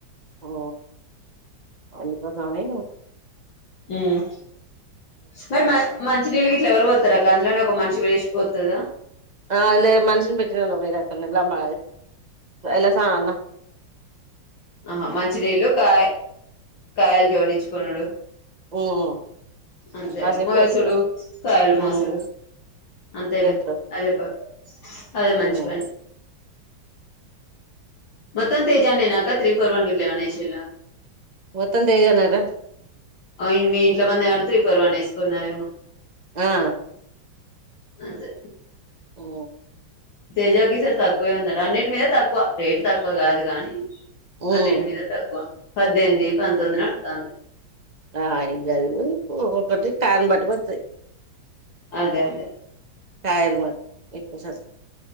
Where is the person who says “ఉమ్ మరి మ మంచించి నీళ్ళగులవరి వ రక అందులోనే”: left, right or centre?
Left